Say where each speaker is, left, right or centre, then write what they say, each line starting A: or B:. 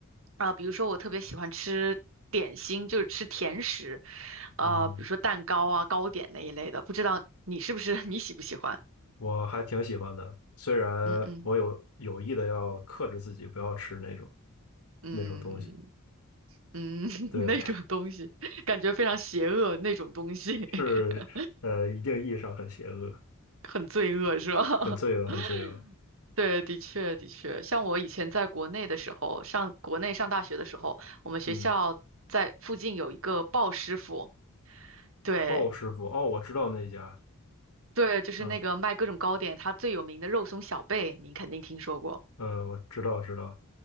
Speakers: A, on the right (about 60°); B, on the left (about 85°).
A: 啊、比如说我特别喜欢吃点心，就是吃甜食，呃，
B: 嗯，
A: 比如说蛋糕啊、糕点那一类的。不知道你是不是 <laughs> 你喜不喜欢？
B: 我还挺喜欢的，虽然
A: 嗯嗯
B: 我有有意的要克制自己，不要吃那种
A: 嗯
B: 那种东西。
A: 嗯，<laughs>
B: 对，
A: 那种东西，感觉非常邪恶那种东西。
B: <laughs>
A: <laughs>
B: 是呃，一定意义上很邪恶，
A: 很罪恶是吧？
B: 很罪恶，
A: <laughs>
B: 很罪恶。
A: 对，的确的确，像我以前在国内的时候，上国内上大学的时候，我们学校在附近有一个鲍师傅，
B: 嗯，
A: 对
B: 鲍师傅，哦，我知道那家，
A: 对，就是那个卖各种糕点，
B: 嗯
A: 他最有名的肉松小贝，您肯定听说过。
B: 呃，我知道知道，